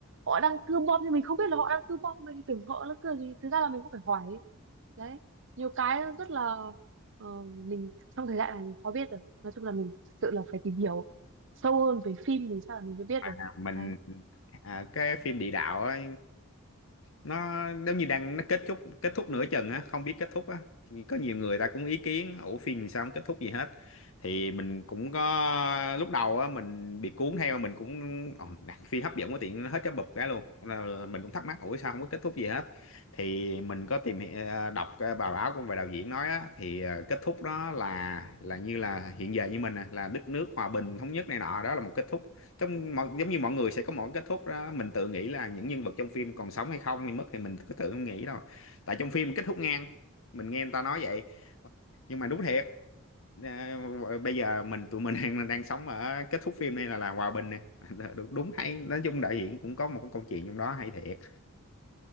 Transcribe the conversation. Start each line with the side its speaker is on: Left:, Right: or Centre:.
Right: họ đang cưa bom thì mình không biết là họ đang cưa bom mình thì tưởng họ là cưa gì thực ra là mình cũng phải hỏi đấy nhiều cái rất là ờ, mình trong thời đại này mình khó biết được nói chung là mình thực sự là phải tìm hiểu sâu hơn về phim thì chắc là mình mới biết
Left: à,
Right: được
Left: mình
Right: đấy
Left: à, cái phim địa đạo á, nó giống như đang nó kết thúc kết thúc nửa chừng á không biết kết thúc á Thì có nhiều người ta cũng ý kiến ủa phim thì sao không kết thúc gì hết thì mình cũng có lúc đầu á mình bị cuốn theo mình cũng "Ồ, đặt phim hấp dẫn quá tiện nó hết cái bụp cái luôn Là- là mình cũng thắc mắc ủa sao không có kết thúc gì hết thì mình có tìm hi- ờ, đọc cái bài báo của về đạo diễn nói á thì ờ, kết thúc đó là là như là hiện giờ như mình nè, là đất nước hòa bình thống nhất này nọ đó là một kết thúc trong mọi, giống như mọi người sẽ có một cái kết thúc đó mình tự nghĩ là những nhân vật trong phim còn sống hay không hay mất thì mình cứ tự không nghĩ đâu tại trong phim kết thúc ngang mình nghe người ta nói vậy nhưng mà đúng thiệt ờ, bây giờ mình tụi mình <laughs> đang đang sống ở kết thúc phim này là là hòa bình nè <laughs> đúng, đúng hay nói chung đạo diễn cũng có một cái câu chuyện trong đó hay thiệt